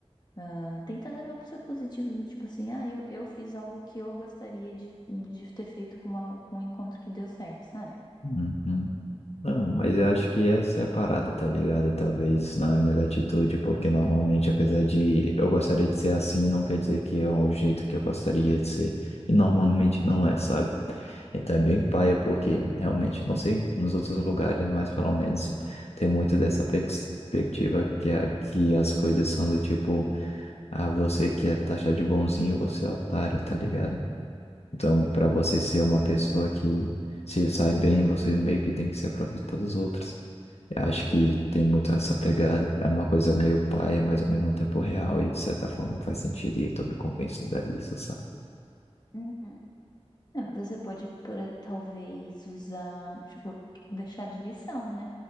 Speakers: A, on the left (about 40°); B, on the left (about 75°).
A: ah, tenta levar pro seu positivo, do tipo assim, ah, eu, eu fiz algo que eu gostaria de, de ter feito com, uma- com um encontro que deu certo, sabe?
B: uhum. Não, mas eu acho que essa é a parada, tá ligado? Talvez não é a melhor atitude, porque normalmente, apesar de eu gostaria de ser assim, não quer dizer que é o jeito que eu gostaria de ser. E normalmente não é, sabe? Então é bem
A: Hum.
B: paia, porque realmente, não sei, nos outros lugares, mas pelo menos tem muito dessa perspectiva que aqui as coisas são do tipo, ah, você que é taxado de bonzinho, você é otário, tá ligado? Então, para você ser uma pessoa que se sai bem, você meio que tem que se aproveitar dos outros. Eu acho que tem muito essa pegada. É uma coisa meio paia, mas ao mesmo tempo real e de certa forma faz sentido e eu tô me convencendo a isso, sabe?
A: Uhum. É, Você pode, por, talvez, usar, tipo, deixar de lição, né?